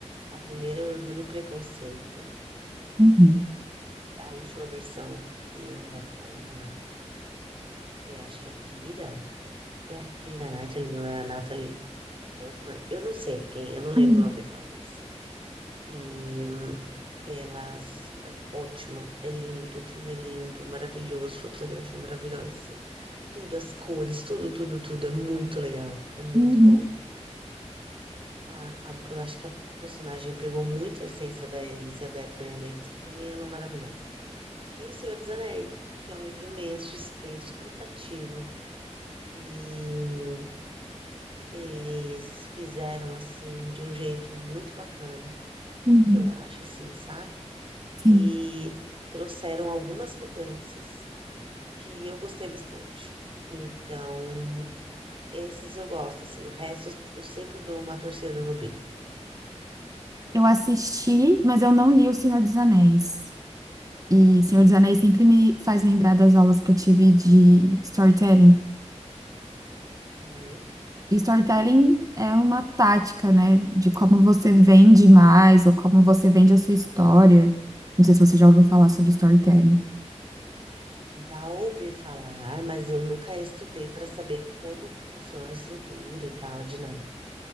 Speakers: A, on the right; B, on the right.
A: A primeira é Orgulho e Preconceito,
B: Uhum.
A: a última versão, que é com a, é, acho que é Kira, é a Kira Knightley ou é a Natalie Portman, eu não sei quem, eu não lembro
B: Uhum,
A: o nome daquela atriz. E hum, elas, é ótimo, é lindo, o filme é lindo, maravilhoso, fotografia maravilhosa, assim. Tudo, as cores, tudo, tudo, tudo, é muito legal, é muito
B: uhum,
A: bom. A, a- eu acho que a personagem pegou muito a essência da Elizabeth Bennet, pra mim ela é maravilhosa. E O Senhor dos Anéis, que é um livro imenso, extenso, cansativo. E eles fizeram assim de um jeito muito bacana
B: uhum.
A: que eu acho, assim, sabe?
B: Sim,
A: E trouxeram algumas mudanças que eu gostei bastante. Então, esses eu gosto, assim, o resto eu sempre dou uma torcida no bico.
B: eu assisti, mas eu não li O Senhor dos Anéis. E
A: Aham.
B: Senhor dos Anéis sempre me faz lembrar das aulas que eu tive de storytelling.
A: Uhum.
B: E storytelling é uma tática, né, de como você vende mais ou como você vende a sua história. Não sei se você já ouviu falar sobre storytelling.
A: Já ouvi falar, mas eu nunca estudei para saber como que funciona a estrutura e tal, a dinâmica.